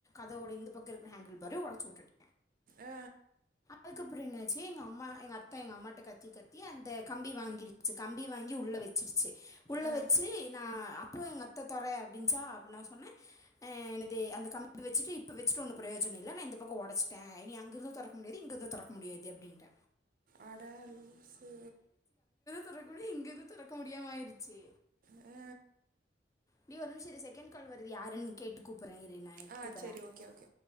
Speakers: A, on the left (about 20°); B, on the right (about 50°).
A: அதோட இந்த பக்கோ ஹேண்டில் பாரயு உடச்சுட்டுட்டு
B: ஆ
A: அதுக்கப்ரோ என்னாச்சு எங்க அம்மா எங்க அத்த எங்க அம்மாட்ட கத்தி கத்தி அந்த கம்பி வாங்கிருச்சு கம்பி வாங்கி உள்ள வெச்சிருச்சு உள்ள
B: ஆ
A: வச்சு நா அப்போ எங்க அத்த தொற அப்படின்ச்சா அப்போ நா சொன்ன ஆ எனது அந்த கம்பி வச்சட்டு இப்ப வச்சுட்டு ஒன்னு பிரயோ ஜோன இல்ல நா இந்த பக்கோ உடச்சுட்ட இனி அங்கிருந்து தோறக்க முடியாது இங்கிருந்து தோறக்க முடியாது அப்படின்ட்ட
B: அட லூசு
A: துறக்க முடிய இங்கது தோறக்க முடியாம ஆயிருச்சு
B: ஆ
A: டி ஒரு நிமிஷோ இரு செகண்ட் கால் வருது யாருன்னு கேட்டு கூப் பர இரு நா
B: ஆ
A: குப்புர
B: செரி ஓகே ஓகே